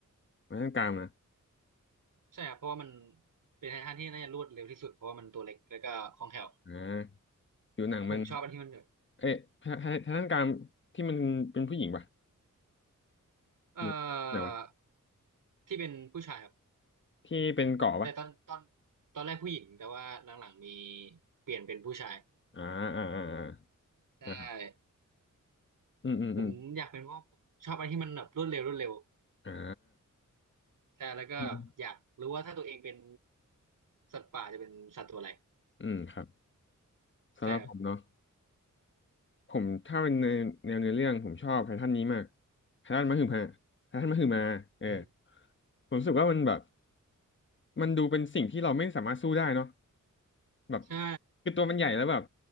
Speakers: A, on the left; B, on the right.
A: ไว้ตรงกลางนะ
B: ใช่ครับเพราะว่ามันเป็นไททันที่น่าจะรวดเร็วที่สุดเพราะว่ามันตัวเล็กแล้วก็คล่องแคล่ว
A: อ่าผิวหนังมัน
B: แล้วผมชอบอันที่มันแบบ
A: เอ๊ะทางทางด้านการที่มันเป็นผู้หญิงป่ะ
B: เอ่
A: หรือไหนวะ
B: อที่เป็นผู้ชายครับ
A: ที่เป็นเกาะป่ะ
B: แต่ตอนตอนตอนแรกผู้หญิงแต่ว่าหลังๆมีเปลี่ยนเป็นผู้ชาย
A: อ่าอ่าอ่าอ่า
B: ใช่
A: นะครับอืมอืมอืม
B: ผมอยากเป็นเพราะผมชอบอะไรที่มันแบบรวดเร็วรวดเร็ว
A: อ่า
B: ใช่แล้วก็อยากรู้ว่าถ้าตัวเองเป็น
A: อืม
B: สัตว์ป่าจะเป็นสัตว์ตัวอะไร
A: อืมครับสำหรับผมเนาะ
B: ใช่ครับ
A: ผมถ้าเป็นในแนวเนื้อเรื่องผมชอบไททันนี้มากไททันมหึมาไททันมหึมาเออ
B: อืม
A: ผมรู้สึกว่ามันแบบมันดูเป็นสิ่งที่เราไม่สามารถสู้ได้เนาะ แบบ
B: ใช่
A: คือตัวมันใหญ่แล้วแบบ